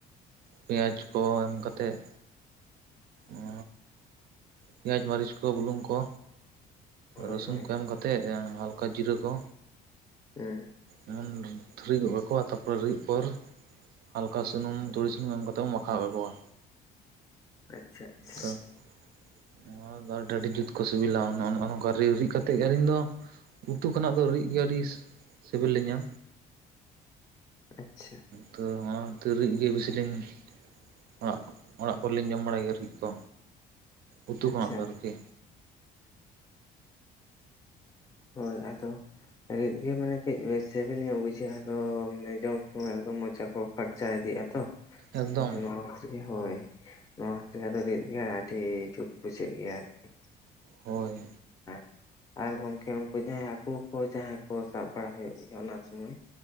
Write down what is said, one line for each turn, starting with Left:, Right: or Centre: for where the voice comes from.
Right: ᱯᱮᱸᱭᱟᱡᱽ ᱠᱚ ᱮᱢ ᱠᱟᱛᱮᱫ᱾ ᱚᱻ ᱯᱮᱸᱭᱟᱡᱽ ᱢᱟᱹᱨᱤᱪ ᱠᱚ, ᱵᱩᱞᱩᱝ ᱠᱚ
Left: ᱦᱳᱭ
Right: ᱨᱟᱹᱥᱩᱱ
Left: ᱦᱳᱭ
Right: ᱠᱚ ᱮᱢ ᱠᱟᱛᱮᱜ ᱮᱸ ᱦᱟᱞᱠᱟ ᱡᱤᱨᱟᱹ ᱠᱚ᱾
Left: ᱩᱸ᱾
Right: ᱚᱱᱟᱢ ᱫᱷᱩᱨᱟᱹᱣ ᱜᱚᱫ ᱠᱟᱠᱚᱣᱟ ᱛᱟᱨᱯᱚᱨᱮ ᱨᱤᱫ ᱯᱚᱨ ᱦᱟᱞᱠᱟ ᱥᱩᱱᱩᱢ, ᱛᱩᱲᱤ ᱥᱩᱱᱩᱢ ᱮᱢ ᱠᱟᱛᱮᱫ ᱵᱚᱱ ᱢᱟᱠᱷᱟᱣ ᱠᱟᱠᱚᱣᱟ᱾
Left: ᱟᱪᱪᱷᱟ ᱟᱪᱪᱷᱟ᱾
Right: ᱛᱚ ᱱᱚᱣᱟ ᱫᱚ ᱟᱹᱰᱤ ᱟᱹᱰᱤ ᱡᱩᱛ ᱠᱚ ᱥᱤᱵᱤᱞᱟ <unintelligible> ᱚᱠᱟᱨᱮ ᱨᱤᱫ ᱠᱟᱛᱮᱫ ᱜᱮ ᱟᱹᱞᱤᱧ ᱫᱚ, ᱩᱛᱩ ᱠᱷᱚᱱᱟᱜ ᱫᱚ ᱨᱤᱫ ᱜᱮ ᱟᱹᱰᱤ ᱥᱤᱵᱤᱞ ᱞᱤᱧᱟᱹ᱾
Left: ᱟᱪᱪᱷᱟ᱾
Right: ᱛᱚ, ᱚᱱᱟᱛᱮ ᱨᱤᱫ ᱜᱮ ᱵᱤᱥᱤ ᱞᱤᱧ ᱚᱲᱟᱜ, ᱚᱲᱟᱜ ᱠᱚᱨᱮᱞᱤᱧ ᱡᱚᱢ ᱵᱟᱲᱟᱭ ᱜᱮᱭᱟ ᱨᱤᱫ ᱠᱚ, ᱩᱛᱩ
Left: ᱟᱪᱪᱷᱟ
Right: ᱠᱷᱚᱱᱟᱜ ᱫᱚ ᱟᱨᱠᱤ᱾
Left: ᱦᱳᱭ, ᱟᱫᱚ ᱨᱤᱫ ᱜᱮ ᱢᱟᱱᱮ ᱠᱟᱺᱡ ᱥᱤᱵᱤᱞ ᱧᱚᱜ ᱵᱩᱡᱷᱟᱹᱜ ᱟᱫᱚ ᱢᱟᱱᱮ ᱡᱚᱢ ᱛᱮᱢᱟ ᱮᱠᱫᱚᱢ ᱢᱚᱡᱟ ᱠᱚ ᱯᱷᱟᱨᱪ ᱪᱟ ᱜᱮ ᱟᱫᱚ
Right: ᱮᱠᱫᱚᱢ
Left: ᱵᱩᱡᱷᱟᱹᱣᱟ᱾ <unintelligible> ᱦᱳᱭ, ᱱᱚᱣᱟ ᱠᱷᱟᱛᱤᱨ ᱟᱫᱚ ᱨᱤᱫ ᱜᱮ ᱟᱹᱰᱤ ᱡᱩᱛ ᱵᱩᱡᱷᱟᱹᱜ ᱜᱮᱭᱟ ᱟᱨᱠᱤ᱾
Right: ᱦᱳᱭ᱾
Left: ᱟᱨ, ᱟᱨ ᱜᱚᱝᱠᱮ ᱩᱝᱠᱩ ᱡᱟᱦᱟᱸᱭ ᱦᱟᱹᱠᱩ ᱠᱚ ᱡᱟᱦᱟᱸᱭ ᱠᱚ ᱥᱟᱵ ᱵᱟᱲᱟ ᱦᱩᱭᱩᱜ ᱜᱮᱭᱟ ᱚᱱᱟ ᱥᱚᱢᱚᱭ᱾